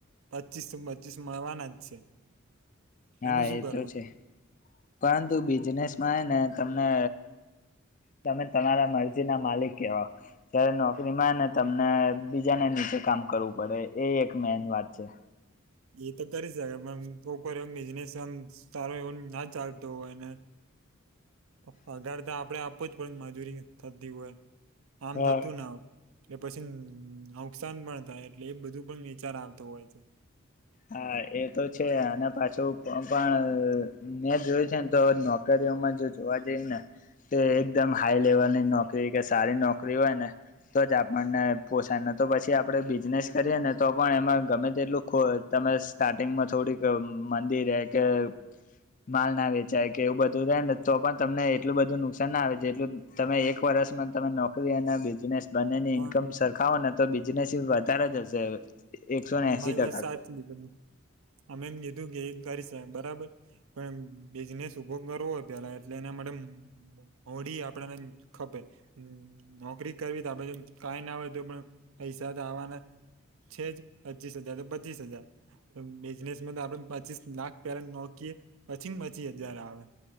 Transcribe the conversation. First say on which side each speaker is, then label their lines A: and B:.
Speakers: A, on the right; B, on the left.
A: પચીસ તો પચીસ મળવાના જ છે.
B: હા
A: એનું શું
B: એ
A: કરવાનું
B: તો છે પરંતુ બિઝનેસમાં ને તમને તમે તમારા મરજી ના માલિક કેવાવ જારે નોકરીમાં ને તમને બીજાને નીચે કામ કરવું પડે એ એક મેન વાત છે.
A: એ તો કરી શકે પણમ કોર એવ બિઝનેસ એમ સારો એવું ના ચાલતો હો એને પગાર તો આપડે આપો જ પડ મજૂરી થતી હોય આમ
B: હા.
A: થતું ના હોય એટલે પછી નુકસાન પણ થાય એટલે એ બધું પણ વિચાર આવતો હોય છે.
B: હા એ તો છે અને પાછું પણ મે જોય છે ને તો નોક એમા જો જોવા જઈ ને તે એકદમ હાઈ લેવલની નોકરી કે સારી નોકરી હોય ને તો જ આપણને પોસાયને તો પછી આપણે બિઝનેસ કરીએ ને તો પણ એમાં ગમે તેટલું ખો તમે સ્ટાર્ટિંગમાં થોડીક મમાંંદી રે કે માલ ના વેચાય કે એવું બધું થાયને તો પણ તમને એટલું બધું નુકસાન ના આવે જેટલું તમે એક વર્ષ યસ મેમ તમે નોકરી અને બિઝનેસ બંનેની
A: હા
B: ઈન્કમ સરખાવો ને તો બિઝનેસ વધારે જ હશે એકસો ને
A: તમારી
B: એસી ટકા
A: વાત સાચી પણ અમે એમ કીધું કે એ કરી શ બરાબર પણ બિઝનેસ ઉભો કરવો હોય પેલા એટલે એના માટે હોડી આપડને ખપે નોકરી કરવી તો આપડે કઈ ના હોય તો પણ પૈસા આવાના છે જ પચીસ હજાર તો પચીસ હજાર બિઝનેસ તો આપડે પચીસ લાખ પેલા નોકીએ પછી પચી હજાર આવે